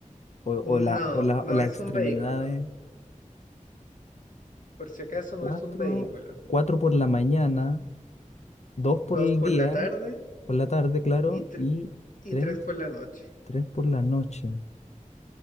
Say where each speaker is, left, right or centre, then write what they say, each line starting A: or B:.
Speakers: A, on the left; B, on the left.
A: o, o
B: No,
A: la, o la-
B: no
A: o las
B: es
A: extremidades?
B: un vehículo. Por si acaso, no
A: Cuatro,
B: es un vehículo.
A: cuatro por la mañana, dos por
B: Dos
A: el
B: por
A: día,
B: la tarde
A: por la tarde, claro,
B: y, tre-
A: y
B: y
A: tres,
B: tres por la noche.
A: tres por la noche.